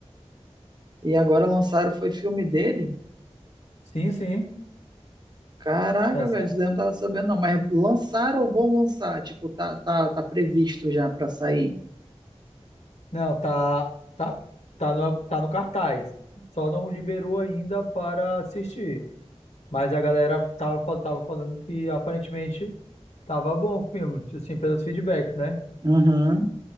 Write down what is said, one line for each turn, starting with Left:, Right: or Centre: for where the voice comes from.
Right: E agora lançaram, foi filme dele?
Left: sim, sim.
Right: Caraca,
Left: Essa-
Right: velho, isso daí eu não tava sabendo, não. Mas lançaram ou vão lançar? Tipo, tá, tá, tá previsto já pra sair.
Left: Não, tá, tá, tá no, tá no cartaz. Só não liberou ainda para assistir. Mas a galera tava, fal- tava falando que aparentemente tava bom o filme, assim, pelos feedbacks, né?
Right: Uhum.